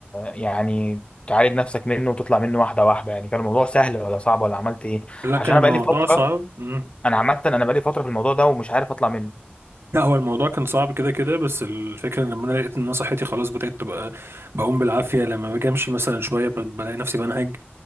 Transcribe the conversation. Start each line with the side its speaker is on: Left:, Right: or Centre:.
Left: يعني تعالج نفسك منه وتطلع منه واحده واحده يعني كان الموضوع سهل ولا صعب ولا عملت ايه
Right: لا
Left: عشان
Right: كان
Left: انا
Right: الموضوع
Left: بقالي فتره
Right: صعب مم.
Left: انا عامه انا بقالي فتره في الموضوع ده ومش عارف اطلع منه
Right: لا هو الموضوع كان صعب كده كده بس الفكرة ان لما انا لقيت ان انا صحتي خلاص بدأت تبقى بقوم بالعافية لما باجي امشي مثلا شوية ب- بلاقي نفسي بنهج